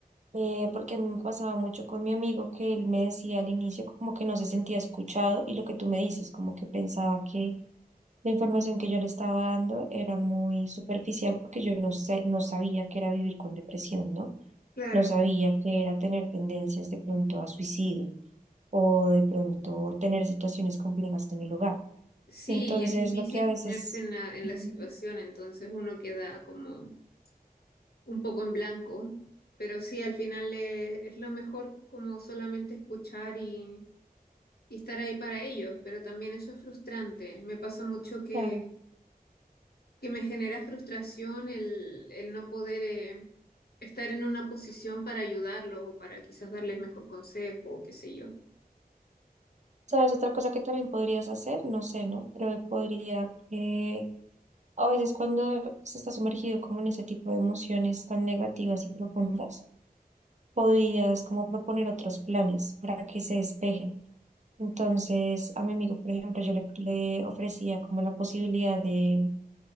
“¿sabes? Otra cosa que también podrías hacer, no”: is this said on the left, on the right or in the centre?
Right